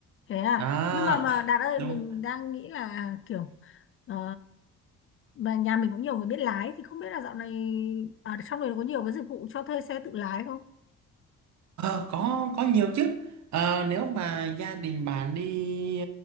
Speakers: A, on the left; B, on the right.
A: thế à
B: Đó.
A: nhưng mà mà Đạt ơi
B: Đúng.
A: mình đang nghĩ là kiểu ờ, mà nhà mình cũng nhiều người biết lái thì không biết là dạo này ở trong này nó có nhiều cái dịch vụ cho thuê xe tự lái không
B: Ờ, có có nhiều chứ. Ờ, nếu mà gia đình bạn đi